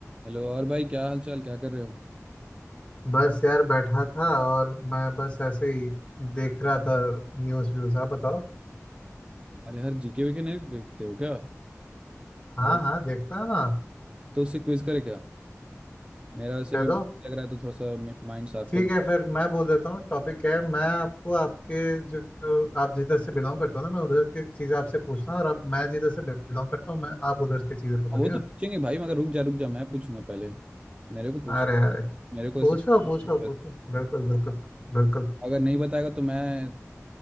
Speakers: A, on the right; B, on the left.
A: हेलो और भाई क्या हाल चाल क्या कर रहे हो
B: बस यार बैठा था और मैं बस ऐसे ही देख रहा था News views आप बताओ
A: अरे हर जीके वीके नहीं देखते हो क्या
B: हाँ
A: भाई
B: हाँ देखता है ना
A: तो उससे क्विज करे क्या मेरा वैसे
B: चलो
A: भी लग रहा है तो थोड़ा सा माइंड साफ
B: ठीक
A: करूँ
B: है फिर मैं बोल देता हूँ टॉपिक क्या है मैं आपको आपके जो, जो आप जिधर से बिलोंग करते हो ना मैं उधर की चीज़ें आपसे पूछता हूँ और अब मैं जिधर से बिलोंग करता हूँ मैं आप उधर की चीज़ें पूछो
A: हाँ,
B: ठीक
A: वो तो
B: है
A: पूछेंगे भाई मगर रुक जा रुक जा मैं पूछूंगा पहले मेरे को पूछना
B: अरे अरे
A: मेरे को
B: पूछो
A: ऐसे पूछने
B: पूछो
A: की जरूरत
B: पूछो
A: है।
B: बिल्कुल बिल्कुल बिल्कुल
A: अगर नहीं बताएगा तो मैं